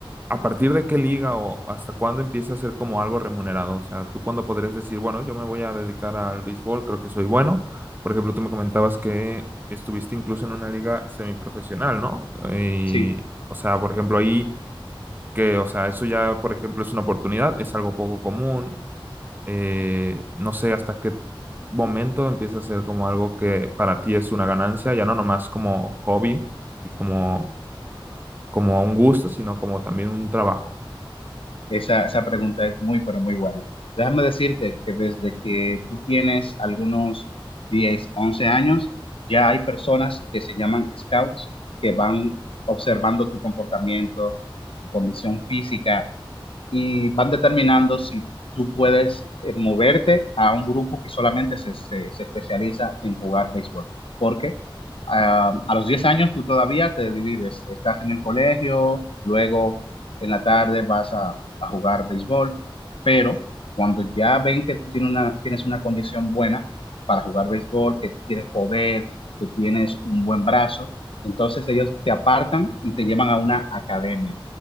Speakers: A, on the right; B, on the left.
A: ¿A partir de qué liga o hasta cuándo empieza a ser como algo remunerado? O sea, ¿tú cuándo podrías decir, bueno, yo me voy a dedicar al béisbol, creo que soy bueno? Por ejemplo, tú me comentabas que estuviste incluso en una liga semiprofesional, ¿no? Y,
B: Sí,
A: o sea, por ejemplo, ahí que, o sea, eso ya, por ejemplo, es una oportunidad, es algo poco común. eh, no sé hasta qué momento empieza a ser como algo que para ti es una ganancia, ya no nomás como hobby y como, como un gusto, sino como también un trabajo.
B: Esa, esa pregunta es muy, pero muy buena. Déjame decirte que desde que tú tienes algunos 10 11 años, ya hay personas que se llaman scouts, que van observando tu comportamiento, tu condición física, y van determinando si tú puedes eh, moverte a un grupo que solamente se, se- se especializa en jugar béisbol. Porque ah, a los 10 años tú todavía te divides, estás en el colegio, luego en la tarde vas a, a jugar béisbol, pero cuando ya ven que tú tienes una, tienes una condición buena para jugar béisbol, que tienes poder, que tienes un buen brazo, entonces ellos te apartan y te llevan a una academia